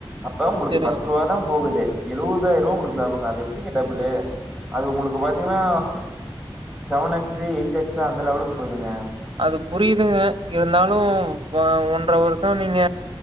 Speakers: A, in the centre; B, on the right.
A: அப்ப பத்து
B: சரிங்க.
A: ரூபா தான் போகுது எழுபதாயிரம் ரூபா உங்களுக்கு லாபம் அது எப்டிங்க டபுள்ளு அது உங்களுக்கு பாத்தீங்ன்னா செவன் எக்சு ஏய்ட் எக்சு அந்தலெவலுக்கு போயிருங்க
B: அது புரியுதுங்க இருந்தாலும் ஒன்றவருஷம் ம் நீங்க